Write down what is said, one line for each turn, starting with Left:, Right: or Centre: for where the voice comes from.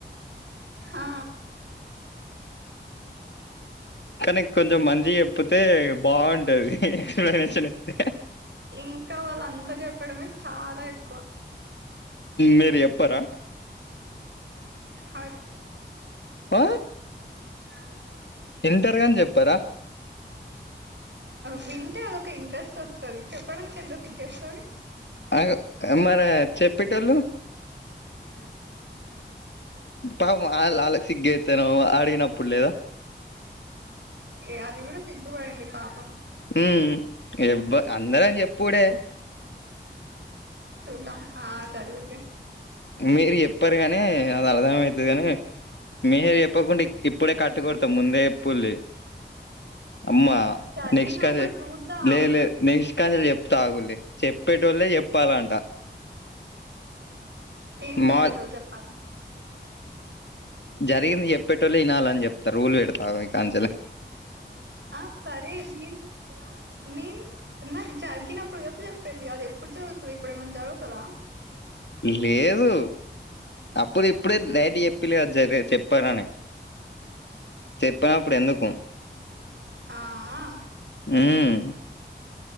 Right: ఆ
Left: కానీ కొంచెం మంచిగ చెప్ చెప్పితే బాగుంటది మనిషిని అయితే
Right: ఇంకా వాళ్ళ అంతా చెప్పడమే చాలా ఎక్కువ
Left: మీరు చెప్పారా
Right: హయ్
Left: ఆ
Right: అ <inaudible>
Left: ఇంటర్ గాని చెప్పారా
Right: వింటే అదొక ఇంట్రెస్ట్ వస్తాది చెప్పడానికి ఎంత సిగ్ వేస్తాది
Left: అలాగే మరి చెప్పేటొల్లు
Right: అది అది
Left: పాప వాళ్ళ వాళ్ళకి సిగ్గు అయితే అడిగినప్పుడు లేదా
Right: ఏ అది కూడా పె పాపం
Left: మ్మ్ ఎవ్వ అందరని చెప్పుడే
Right: చూద్దం ఆ <unintelligible>
Left: మీరు చెప్పారు కానీ అది అర్థం అయితాది కానీ ముందే చెప్పకుంటే ఇప్పుడే కాపీకొడుతాం ముందే చెప్పుల్లి అమ్మా
Right: జరిగినప్పుడు
Left: నెక్స్ట్ కదే
Right: చూద్దాం
Left: లేద్ లే నెక్స్ట్ కాలు చెప్త అగుల్లి చెప్పేటొళ్లేే చెప్పాలంట
Right: ఏం
Left: మాల్
Right: చెప్పేటోళ్ళు చెప్పాలి
Left: జరిగింది చెప్పేటొళ్ళె వినాలని చెప్తారు రూల్ పెడతా ఈ కాంచల్
Right: ఆ సరే ఆండీ నిన్ నాకు జరిగినప్పుడు కద చెప్పేది అది ఎప్పుడు జరుగుతాది ఇప్పుడు ఏమన్నా జరుగుతదా
Left: లేదు అప్పుడు ఇప్పుడే బయటికీ చెప్ ఇలా జారిగే చెప్తారనే చెప్పనప్పుడు ఎందుకు
Right: అ ఆ
Left: మ్మ్